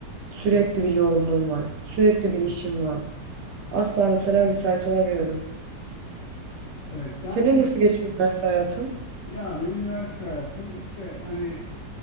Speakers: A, on the right; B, on the left.
A: Sürekli
B: Çok güzel.
A: bir yoğunluğum var. Sürekli bir işim var. Asla mesela müsait olamıyorum.
B: Evet ben
A: Senin
B: de
A: nasıl
B: hiç
A: geçiyor üniversite hayatın?
B: Ya benim üniversite hayatım işte hani